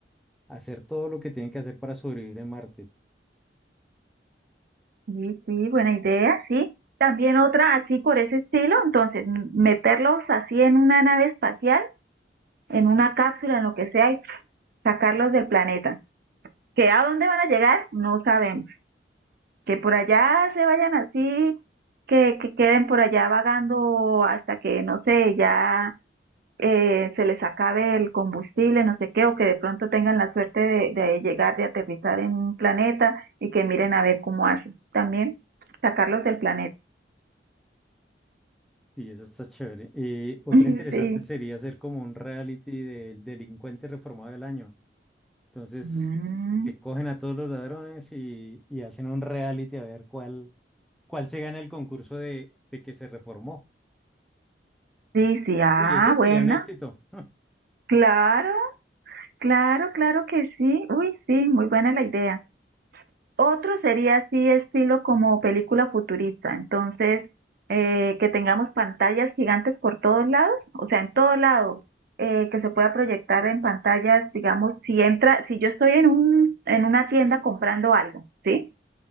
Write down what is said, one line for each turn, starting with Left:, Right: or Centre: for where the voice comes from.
Centre: a hacer todo lo que tienen que hacer para sobrevivir en Marte.
Right: Sí, sí, buena idea, sí. También otra así por ese estilo, entonces m- meterlos así en una nave espacial, en una cápsula, en lo que sea, y sacarlos del planeta. ¿Que a dónde van a llegar? No sabemos. Que por allá se vayan así, que, que queden por allá vagando hasta que, no sé, ya eh, se les acabe el combustible, no sé qué, o que de pronto tengan la suerte de, de llegar, de aterrizar en un planeta y que miren a ver cómo hacen. También sacarlos del planeta.
Centre: Y eso está chévere. Eh, otra
Right: <laughs>
Centre: interesante
Right: Sí.
Centre: sería hacer como un reality del delincuente reformado del año. Entonces,
Right: Mm,
Centre: que cogen a todos los ladrones y, y hacen un reality a ver cuál, cuál se gana el concurso de, de que se reformó.
Right: sí, sí, ah,
Centre: Uy, ese sería
Right: buena.
Centre: un éxito. <laughs>
Right: Claro, claro, claro que sí. Uy, sí, muy buena la idea. Otro sería así, estilo como película futurista. Entonces, eh, que tengamos pantallas gigantes por todos lados, o sea, en todo lado, eh, que se pueda proyectar en pantallas, digamos, si entra, si yo estoy en un, en una tienda comprando algo, ¿sí?